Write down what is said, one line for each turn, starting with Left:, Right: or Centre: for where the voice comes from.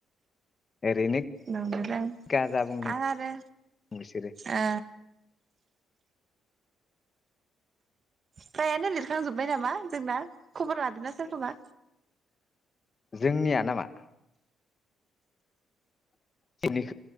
Left: ओरैनो
Right: नंदोंदां
Left: गाजा बुंदों
Right: आं आरो
Left: बिसोरो
Right: ओ फ्रायानो लिरखांजोब्बाय नामा जोंना खबर लादोंना सोरखौबा?
Left: जोंनिया नामा? <unintelligible>